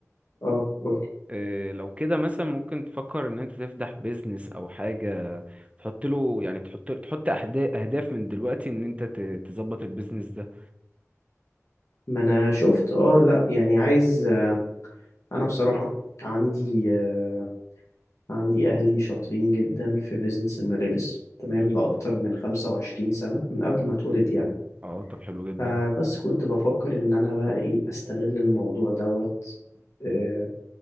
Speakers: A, on the left; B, on the right.
A: اه قولي
B: إيه لو كده مثلا ممكن تفكر ان انت تفتح بيزنس او حاجة تحط له يعني تحط تحط أحدا- اهداف من دلوقتي ان انت ت- تظبط البيزنس ده
A: ما أنا شفت اه لأ يعني عايز آه، أنا بصراحة عندي آه، عندي أهلي شاطرين جدا في بيزنس الملابس تمام
B: مم.
A: لأكتر من خمسة وعشرين سنة من قبل ما اتولد يعني
B: اه طب حلو جدا
A: فبس كنت بفكر إن أنا بقى إيه أستغل الموضوع دوت آه،